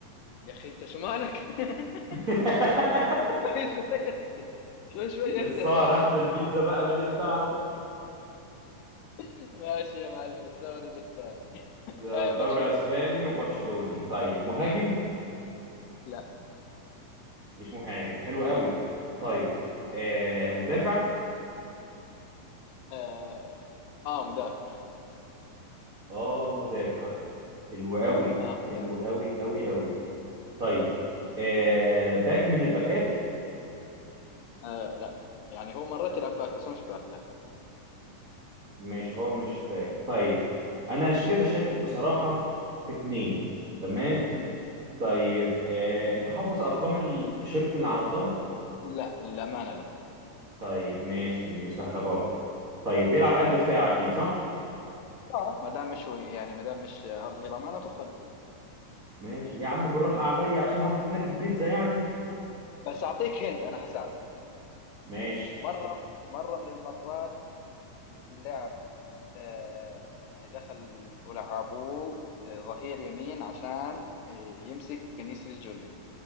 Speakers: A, on the left (about 80°); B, on the right (about 75°).
A: يا اخي انت شو مالك <laughs>
B: <laughs>
A: شوي شوي شوي شوي
B: الظاهر
A: اهدى اهدى
B: هاخد البيتزا بقى ماليش دعوة
A: <laughs> ماشي يا معلم الدوري الاسباني
B: ده
A: اي
B: دوري
A: برشلونة
B: اسباني وبرشلوني طيب مهاجم
A: اه لا
B: مش مهاجم حلو قوي طيب آه مدافع
A: اه, آه مدافع
B: اه مدافع حلو قوي
A: اه
B: حلو
A: مدافع
B: قوي قوي قوي طيب آه باك من الباكات
A: آه لا يعني هو مرات يلعب باك بس هو مش باك لا
B: ماشي هو مش باك طيب انا عشان كده شاكك بصراحة في اتنين تمام
A: مم.
B: طيب آه انت حافظ ارقام التيشيرت اللي على الظهر
A: لا للامانه لا
B: طيب ماشي من سهلة برضه طيب بيلعب قلب دفاع أكيد صح؟
A: اه ما دام مش وي- يعني ما دام مش اظهره معناته قلب
B: ماشي يا عم بالراحة عليا عشان هاخد منك البيتزا يعني
A: بس اعطيك هنت انا حساعدك
B: ماشي
A: مره مره من المرات لعب آه، يعني دخل ولعبوه آه، ظهير يمين عشان آه، يمسك فينيسيوس جونيور